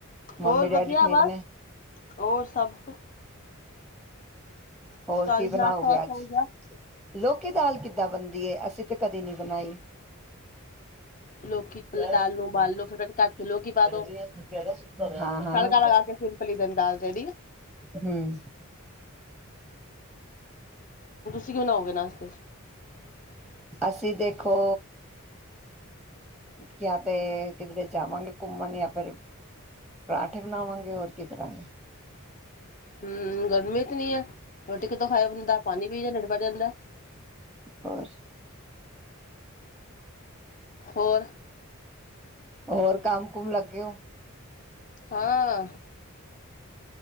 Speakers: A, in the centre; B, on the left (about 40°).
A: ਮੰਮੀ
B: ਹੋਰ ਵਧੀਆ
A: ਡੈਡੀ ਠੀਕ
B: ਬਸ
A: ਨੇ
B: ਹੋਰ ਸਭ। ਤੁਹਾਡਾ
A: ਹੋਰ ਕੀ ਬਣਾਓਗੇ
B: ਨਾਸ਼ਤਾ ਵਾਸਤਾ
A: ਅੱਜ
B: ਹੋ ਗਿਆ?
A: ਲੋਕੀ ਦਾਲ ਕਿੱ ਕਿਦਾਂ ਬਣਦੀ ਏ ਅਸੀਂ ਤਾਂ ਕਦੇ ਨੀ ਬਣਾਈ।
B: ਲੋਕੀ ਪਹਿਲੇ
A: ਕਹਿ
B: ਦਾਲ ਨੂੰ ਉਬਾਲ ਲੋ ਫਿਰ ਕਟ ਕੇ ਲੋਕੀ
A: ਕਹਿੰਦੀ
B: ਪਾ ਦੋ
A: ਥੱਕਿਆ ਦਾ ਸੁੱਤਾ ਰਿਹਾ ਨੀਂਦ
B: ਤੜਕਾ
A: ਨਹੀਂ ਆਈ।
B: ਲਗਾ ਕੇ ਸਿੰਪਲ ਜਿਹੀ ਦਾਲ ਰੈਡੀ ਹੈ
A: ਹੂੰ,
B: ਕਿਉਂ ਨਾ ਹੋਗੇ ਨਾਸਤੇ? <unintelligible> <unintelligible>
A: ਅਸੀਂ ਦੇਖੋ। ਕਿਆ ਤੇ ਕਿਧਰੇ ਜਾਵਾਂਗੇ ਘੁੰਮਣ ਜਾਂ ਫਿਰ ਪਰਾਂਠੇ ਬਣਾਵਾਂਗੇ ਹੋਰ ਕੀ ਕਰਾਂਗੇ।
B: ਹਮ ਗਰਮੀ ਕਿੰਨੀ ਹੈ ਰੋਟੀ ਕਿੱਦੋਂ ਖਆ ਹਦਾ ਪਾਣੀ ਪੀ ਜਾਂ ਨਡ ਭਰ ਜਾਂਦਾ। <unintelligible>
A: ਹੋਰ?
B: ਹੋਰ,
A: ਹੋਰ ਕੰਮ ਕੁਮ ਲੱਗੇ ਹੋ?
B: ਹਾਂ